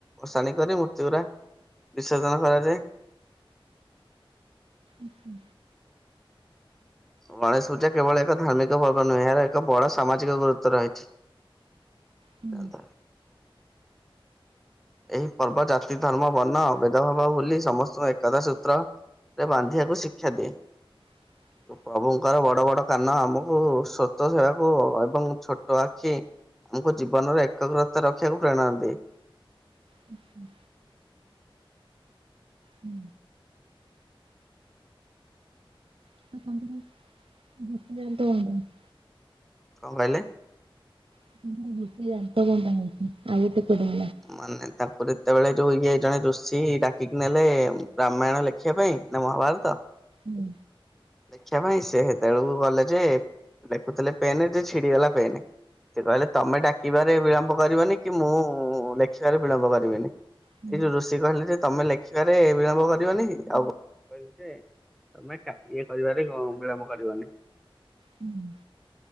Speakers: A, in the centre; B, on the right.
A: ଅସାଣି କରି ମୂର୍ତ୍ତି ଗୁରା ବିସର୍ଜନ କରାଯାଏ
B: ଆଚ୍ଛା
A: ଗଣେଶ ପୂଜା କେବଳ ଏକ ଧାର୍ମିକ ପର୍ବ ନୁହେଁ ଏହାର ଏକ ବଡ ସାମାଜିକ ଗୁରୁତ୍ୱ ରହିଛି
B: ହୁଁ,
A: ସେତା ଏହି ପର୍ବ ଜାତି ଧର୍ମ ବର୍ଣ୍ଣ ଭେଦ ଭାବ ବୁଲି ସମସ୍ତଙ୍କୁ ଏକତା ସୂତ୍ର ରେ ବାନ୍ଧିବାକୁ ଶିକ୍ଷା ଦିଏ
B: <unintelligible>
A: ପ୍ରଭୁଙ୍କର ବଡ ବଡ କାନ ଆମକୁ ସ୍ୱତ ସେବାକୁ ଏବଂ ଛୋଟ ଆଖି ଆମକୁ ଜୀବନର ଏକାଗ୍ରତା ରଖିବାକୁ ପ୍ରେରଣାନ୍ତି
B: ହୁ ହୁ ହୁଁ <unintelligible>
A: କଣ କହିଲେ?
B: <unintelligible>
A: ମାନେ ତାଙ୍କୁର ଯେତେବେଳେ ଯୋଉ ଇଏ ଜଣେ ରୁଷୀ ଡାକିକି ନେଲେ ର୍ରାମାୟଣ ଲେ ଖିଆ ପାଇଁ ନା ମହାବାର ତ
B: ହୁଁ
A: ଦେଖିବା ପାଇଁ ସେ ସେତେବେଳକୁ ଗଲେ ଯେ ଦେଖୁଥିଲେ ପେନ୍ ଯେ ଛିଡିଗଲା ପେନ୍ ସେ କହିଲେ ତମେ ଡାକିବାରେ ବିଳମ୍ବ କରିବନି କି ମୁଁ ଲେଖିବାରେ ବିଳମ୍ବ କରିବିନି।
B: ହୁଁ।
A: ଋଷି କହିଲେ ଯେ ତମେ ଲେଖିବାରେ ବିଳମ୍ବ କରିବନି ଆଉ କହିଲ ଇଏ କରିବାରେ ବିଳମ୍ବ କରିବନି
B: ହୁଁ